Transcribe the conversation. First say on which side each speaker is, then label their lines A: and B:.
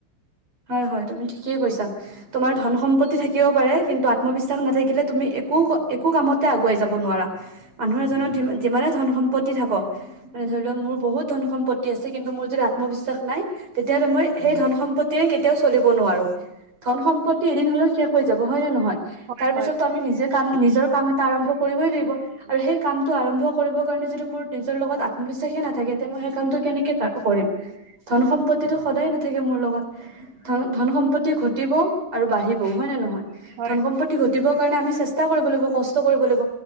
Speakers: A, on the right; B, on the right.
A: হয় হয় তুমি ঠিকেই কৈছা। তোমাৰ ধন সম্পত্তি থাকিব পাৰে কিন্তু আত্মবিশ্বাস নাথাকিলে তুমি একো ক একো কামতে আগুৱাই যাব নোৱাৰা। মানুহ এজনৰ যিম যিমানে ধন সম্পত্তি থাকক মানে ধৰি লওক মোৰ বহুত ধন সম্পত্তি আছে কিন্তু মোৰ যদি আত্মবিশ্বাস নাই তেতিয়াহ'লে মই সেই ধন সম্পত্ত তে কেতিয়াও চলিব নোৱাৰোঁ ধন সম্পত্তি এদিন হ'লেও শেষ হৈ যাব হয় নে নহয়।
B: হয়
A: তাৰ পিছতটো
B: হয়।
A: আমি নিজে কাম নিজৰ কাম এটা আৰম্ভ কৰিবই লাগিব। আৰু সেই কামটো আৰম্ভ কৰিবৰ কাৰণে যদি মোৰ নিজৰ লগত আত্মবিশ্বাসে নাথাকে তেনেহলে সেই কামটো কেনেকে কা কৰিম। ধন সম্পত্তিটো সদায় নাথাকে মোৰ লগত। ধন ধন সম্পত্তি ঘটিব আৰু বাঢ়িব হয় নে নহয়
B: হয়
A: ধন সম্পত্তি ঘট ঘটিবৰ কাৰণে আমি চেষ্টা কৰিব লাগিব কষ্ট কৰিব লাগিব